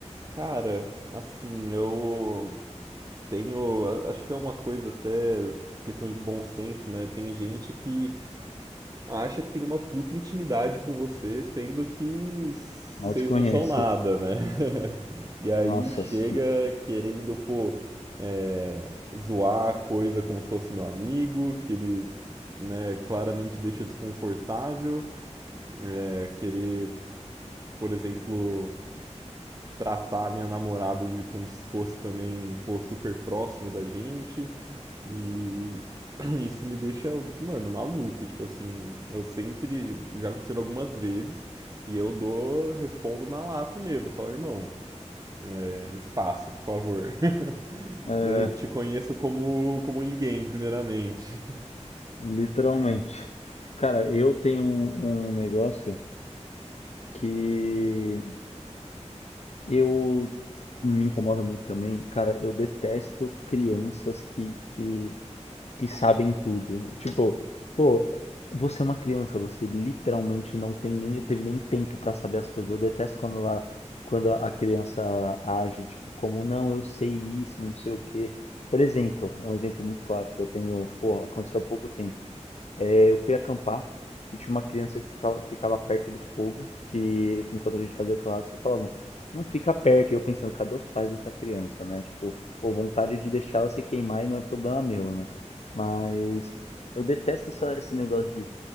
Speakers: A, on the right; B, on the left.
A: Cara, assim, eu tenho. a- Acho que é uma coisa até questão de bom senso, né? Tem gente que acha que tem uma puta intimidade com você, sendo que vocês
B: Mal te conhece.
A: não são nada, né? <laughs> E aí
B: Nossa,
A: chega
B: sim.
A: querendo, pô, é, zoar a coisa como se fosse meu amigo, que ele, né, claramente deixa desconfortável, é, querer, por exemplo, tratar a minha namorada de como se fosse também, pô, super próximo da gente. E <clears throat> isso me deixa, mano, maluco. Tipo assim, eu sempre. Já aconteceu algumas vezes. E eu dou, respondo na lata mesmo. Falo, irmão, é, espaço, por favor. <laughs>
B: É,
A: Eu te conheço como, como ninguém, primeiramente.
B: literalmente. Cara, eu tenho um um negócio. que eu me incomoda muito também, cara, eu detesto crianças que, que que sabem tudo. Tipo, pô, você é uma criança, você literalmente não tem nem, teve nem tempo pra saber as coisas. Eu detesto quando ela, quando a criança age, tipo, como, não, eu sei isso, não sei o quê. Por exemplo, um exemplo muito claro que eu tenho, pô, aconteceu há pouco tempo. É, eu fui acampar e tinha uma criança que ficava, ficava perto do fogo, que enquanto a gente fazia churrasco, eu falava, não fica perto. E eu pensando, cadê os pais dessa criança, né? Tipo, pô, vontade de deixar ela se queimar e não é problema meu, né? Mas eu detesto essa- esse negócio de,